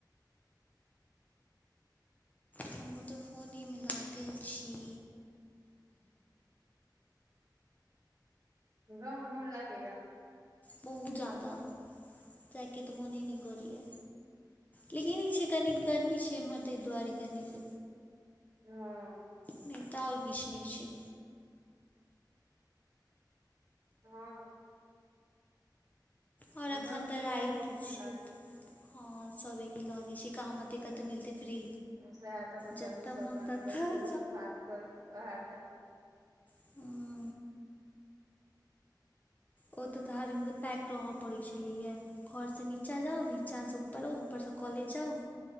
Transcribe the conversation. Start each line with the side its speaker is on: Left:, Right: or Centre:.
Left: हमूँ तऽ फोनेमे लागल छी।
Right: गाँव मे मोन लागैया।
Left: बहुत जादा जाएके तऽ मोने नहि करियै। लेकिन ई छै कनिक गर्मी छै एम्हर ताहि दुआरे कनिक
Right: हँ
Left: नहि तऽ आओर किछु नहि छै।
Right: हँ।
Left: आओर एखन
Right: गाँवमे
Left: तऽ राति
Right: सबके मोन
Left: छित
Right: लागैत छै
Left: हँ सबेके लगे छै काहते कतऽ मिलते फ्री
Right: सहए तऽ अपन
Left: जतऽ
Right: संगी सब
Left: मोन
Right: लग
Left: ततऽ
Right: बैसू बात करू उएह तऽ।
Left: हां आ। ओतऽ तो घर मे त पैक रहऽ पड़ै छलैया। घरसँ नीचाँ जाउ, नीचासं ऊपर आउ, ऊपरसँ कॉलेज जाउ।